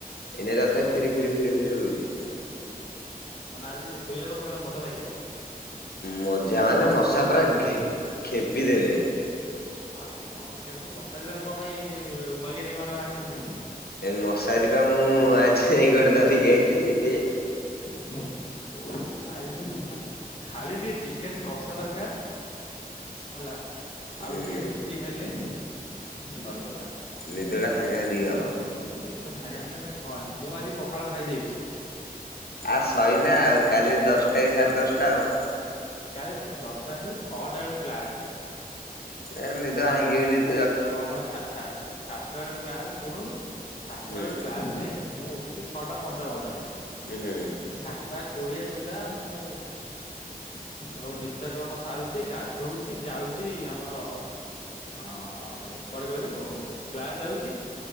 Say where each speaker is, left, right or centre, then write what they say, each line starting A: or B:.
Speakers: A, on the left; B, on the left.
A: ଏଇନାକେ
B: ଏ
A: ତଥାପି
B: ଭଗବାନ।
A: ଫିରି ଫିରି ଫିରି ଫିରି ହଉଚି।
B: ମାନେ ଆଜି ଶୋଇବାକୁ ମତେ <unintelligible> ମଜା ଲାଗିବ।
A: ମଜା ମାନେ ମଶା ପୁରା ଘେମ୍ପ୍ ଖେମ୍ପି ଦେବେ।
B: ଆଉ କେ ମଶା କେମିତି ମଶାରି ତାହେଲେ କଁ ପାଇଁ ବୈଜ୍ଞାନିକମାନେ ବାହାର କରିଛନ୍ତି?
A: ଏ ମଶାରୀ ପା ମୁଁ ଆଝି ଯାଇ ଗୋଟେ ଧରିକି ଆଇଚି ସେଥିପାଇଁ।
B: ହୁଁ ହୁଁ। ଶୋଇବୁ ଖାଇବି ଖାଲି ଟିକେ ଚିକେନ କଷା ଦରକାର। ହେଲା ଆଉ
A: ହୁଁ
B: ଟିକେ ରୁଟି ହେଲେ ସରିଗଲା।
A: ନିଦଟା ସାଙ୍ଘାତିକ ହବ।
B: ନିଦ ସାଙ୍ଘାତିକ ମାନେ କଅନି ମୁଁ ଆଜି ପଖାଳ ଖାଇ ଦେଇଛି।
A: ଆ ସଇଲା
B: ହେଲା।
A: ଆଉ କାଲି ଦଶଟା କି ସାଡ ଦଶଟା ଆଉ।
B: କାଲି ଉଁ ଦଶଟା ନୁଏଁ ଛଅଟା ବେଳୁ କ୍ଲାସେ।
A: ଏ ନିଦ ଭାଙ୍ଗିବନି ଏତ୍
B: ଛଅ ମା ସା ସତୁଟା ସାତୁଟା ବେଳୁରୁ କ୍ଲାସେ ଶୁଣୁନୁ ସାତୁଟା
A: ହୁଁ।
B: ବେଳୁ କ୍ଲାସେ ମୁଁ ଉଠୁଚି ଛଅଟା ପଞ୍ଚାବନରେ।
A: ଉଁ ହୁଁ।
B: ସାତଟା କୋଡିଏ ସୁଦ୍ଦା ମୁଁ ହଉ ନିତ୍ୟ କର୍ମ ସାରୁଛି ଗାଧୋଉଛି ଯାଉଛି ଆମର ଅ କୁଆଡେ କହିଲୁ କ୍ଲାସ୍ ଯାଉଛି